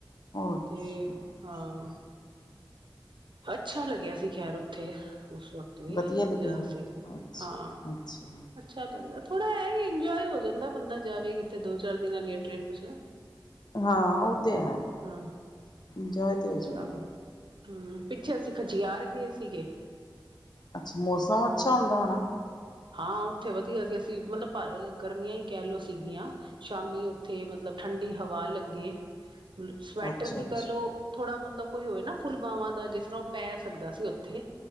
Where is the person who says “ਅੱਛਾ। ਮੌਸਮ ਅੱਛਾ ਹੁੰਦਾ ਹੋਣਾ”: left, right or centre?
Left